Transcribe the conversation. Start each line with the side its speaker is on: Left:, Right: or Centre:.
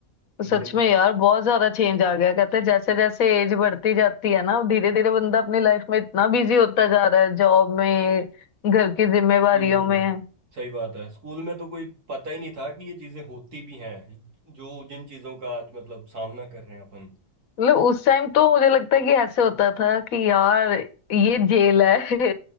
Right: चीज़ें
Left: सच में यार बहुत ज्यादा चेंज आ गया कहते हैं, जैसे जैसे एज बढ़ती जाती है ना धीरे धीरे बंदा अपनी लाइफ में इतना बिजी होता जा रहा है जॉब में घर की जिम्मेवारियों
Right: हम्म
Left: में
Right: सही बात है स्कूल में तो कोई पता ही नहीं था कि ये चीज़ें होती भी हैं जो जिन चीज़ों का आज मतलब सामना कर रहे हैं अपन
Left: मतलब उस टाइम तो मुझे लगता है कि ऐसे होता था कि यार ये जेल है <laughs>